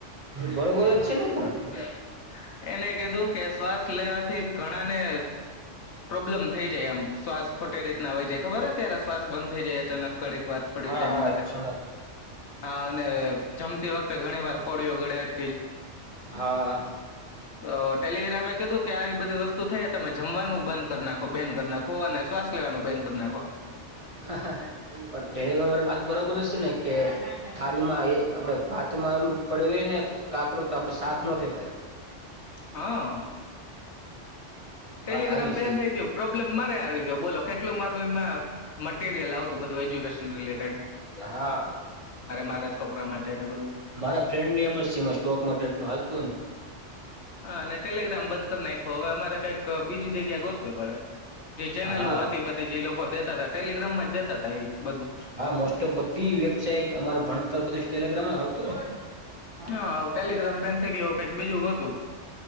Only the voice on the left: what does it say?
<inaudible>
એને કીધું કે શ્વાસ લેવાથી ઘણાને પ્રોબ્લેમ થઈ જાય એમ શ્વાસ ખોટી રીતના હોય જાય ખબર હોય ત્યારે શ્વાસ બંધ થઈ જાય અચાનક ઘડીક વાર થોડી
ટાઈમ
માટે
હા અને જમતી વખતે ઘણી વાર કોડીઓ ગળે અટ
અ ટેલિગ્રામે કીધું કે આવી બધી વસ્તુ થઈ તમે જમવાનું બંધ કરી નાખ બેન કરી નાખો અને શ્વાસ લેવાનું બેન કરી નાખો.
હા. ટેલિગ્રામ
બેન
થઇ ગયું પ્રોબ્લેમ મારે આવી ગયો બોલો કેટલું મારું એમાં મટીરયલ આવતું બધું એજ્યુકેશન રિલે
મારા છોકરા માટે ને બધું
હા અને ટેલિગ્રામ બંધ કરી નાખો હવે અમારે બીજી જગ્યા ગોતવી પડે જે ચેનલો
હતી બધી જે લોકો દેતા હતા ટેલિગ્રામમાં જ દેતા હતા એ બધું
હા ટેલિગ્રામ બેન થઈ ગયો કઈક બીજું ગોત